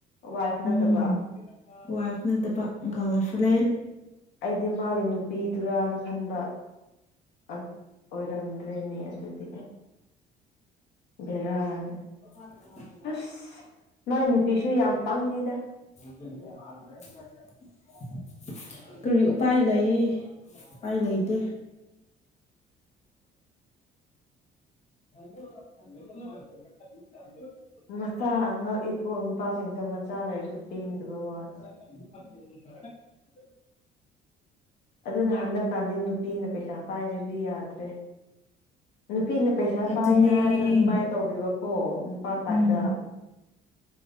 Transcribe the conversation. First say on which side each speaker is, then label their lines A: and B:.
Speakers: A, on the left; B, on the left.
A: ꯋꯥꯏꯐ ꯅꯠꯇꯕ
B: ꯎꯝ ꯋꯥꯏꯐ ꯅꯠꯇꯕ ꯒꯜꯂꯜ ꯐ꯭ꯂꯦꯟ
A: ꯑꯩꯗꯤ ꯃꯥꯒꯤ ꯅꯨꯄꯤꯗꯨꯔꯥꯅ ꯈꯟꯕ ꯑꯛ ꯑꯣꯏꯔꯝꯗ꯭ꯔꯦꯅꯦ ꯑꯗꯨꯗꯤ ꯕꯦꯔꯥꯅꯤ
B: <unintelligible> <unintelligible>
A: ꯑꯁ ꯃꯥꯏ ꯅꯨꯄꯤꯁꯨ ꯌꯥꯝ ꯄꯪꯉꯤꯗ
B: <unintelligible> ꯀꯔꯤ ꯎꯄꯥꯏ ꯂꯩ ꯎꯄꯥꯏ ꯂꯩꯇꯦ
A: <inaudible>
B: <inaudible> <inaudible>
A: ꯃꯆꯥ ꯉꯛꯏꯀꯣ ꯅꯨꯄꯥꯁꯤꯡꯁꯦ ꯃꯆꯥ ꯂꯩꯥꯏꯔꯁꯨ ꯄꯦꯟꯗꯕ ꯋꯥꯗ
B: <unintelligible> <unintelligible>
A: ꯑꯗꯨꯅ ꯍꯟꯗꯛꯀꯥꯟꯗꯤ ꯅꯨꯄꯤꯅ ꯄꯩꯁꯥ ꯄꯥꯏꯗ꯭ꯔꯗꯤ ꯌꯥꯗ꯭ꯔꯦ ꯅꯨꯄꯤꯅ ꯄꯩꯁꯥ
B: ꯑꯗꯨꯅꯦ
A: ꯄꯥꯏꯌꯦ ꯍꯥꯏꯔꯁꯨ ꯑꯗꯨꯃꯥꯏꯟ ꯇꯧꯗꯦꯕꯀꯣ ꯅꯨꯄꯥ ꯇꯥꯏꯞꯇ
B: ꯎꯝ